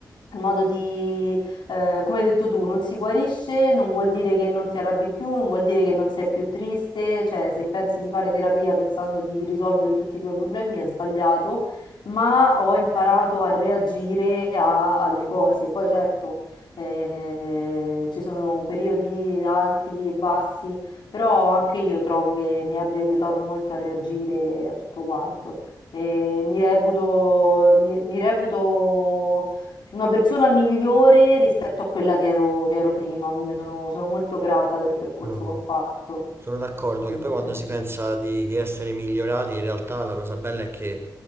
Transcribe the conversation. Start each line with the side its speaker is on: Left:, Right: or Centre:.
Left: Il modo di, eh, come hai detto tu, non si guarisce, non vuol dire che non ti arrabbi più, non vuol dire che non sei più triste, cioè se pensi di fare terapia pensando di risolvere tutti i tuoi problemi è sbagliato, ma ho imparato a reagire a- alle cose. Poi certo eh, ci sono periodi alti e bassi, però anche io trovo che mi abbia aiutato molto a reagire a tutto quanto. E mi reputo, mi, mi reputo una persona migliore rispetto a quella che ero, che ero prima, quindi sono, sono molto grata del percorso
Right: sono
Left: che ho fatto.
Right: Sono d'accordo
Left: Mm,
Right: che poi quando
Left: eh,
Right: si pensa di, di essere migliorati, in realtà la cosa bella è che